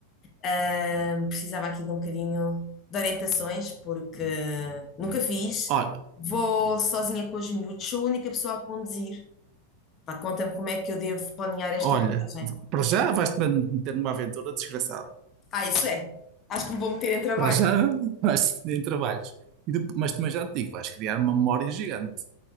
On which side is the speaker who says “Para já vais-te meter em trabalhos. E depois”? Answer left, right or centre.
Right